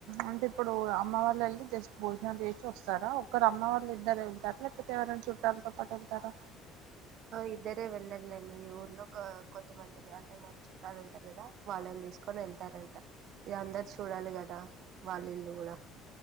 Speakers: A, on the right (about 80°); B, on the right (about 50°).
A: అంటే ఇప్పుడు అమ్మ వాళ్ళు వెళ్ళి జస్ట్ భోజనాలు చేసి వస్తారా ఒకక్కరు అమ్మ వాళ్ళ ఇద్దరు వెళ్తారు లేకపోతే ఎవరైనా చుట్టాలు ఉంతప్పటకుతారా
B: ఇద్దరే వెళ్ళర్లేండి ఊర్లో కొంతమంది అంటే మాకు చుట్టాలు ఉంటారు కదా వాళ్లని తీసుకొని వెళ్తారంట ఇగ అందరు చూడాలి కదా వాళ్ళ ఇల్లు కూడా